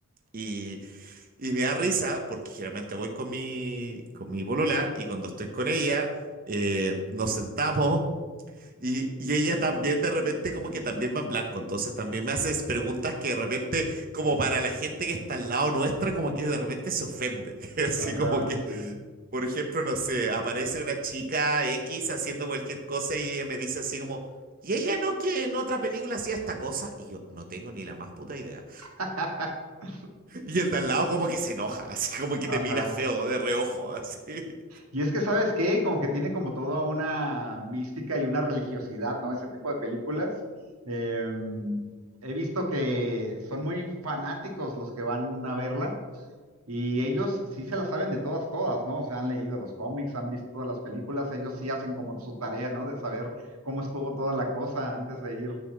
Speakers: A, on the right (about 40°); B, on the right (about 80°).
A: y y me da risa porque generalmente voy con mi, con mi polola y cuando estoy con ella eh, nos sentamos y, y ella también de repente como que también va en blanco. Entonces también me haces preguntas que de repente como para la gente que está al lado nuestra como que de repente se ofende. <laughs> Así
B: Ajá,
A: como que,
B: sí.
A: por ejemplo, no sé, aparece una chica X haciendo cualquier cosa y ella me dice así como... Y ella no que en otra película hacía esta cosa y yo no tengo ni la más puta idea.
B: <laughs>
A: Y el de al lado como que se enoja, así como que
B: Ajá.
A: te mira feo de reojo, así. Eh,
B: Y es que, ¿sabes qué? Como que tiene como toda una mística y una religiosidad, ¿no? Ese tipo de películas. Eh, he visto que son muy fanáticos los que van a verla y ellos sí se la saben de todas, todas, ¿no? O sea, han leído los cómics, han visto todas las películas, ellos sí hacen como su tarea, ¿no? De saber cómo estuvo toda la cosa antes de ir